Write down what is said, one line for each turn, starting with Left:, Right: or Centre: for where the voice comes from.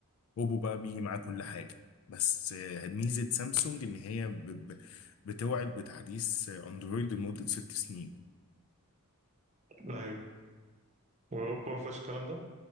Left: أوبو بقى بيجي معاه كل حاجة بس آه، ميزة سامسونج إن هي ب... ب... بتوعد بتحديث أندرويد لمدة ست سنين
Right: ايوه واوبا ما فيهاش الكلام ده